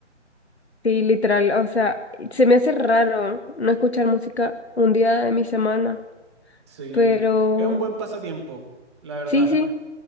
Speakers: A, on the left; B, on the right.
A: Sí, literal, o sea, se me hace raro no escuchar música un día de mi semana,
B: Sí,
A: pero
B: es un buen pasatiempo, la verdad.
A: sí, sí,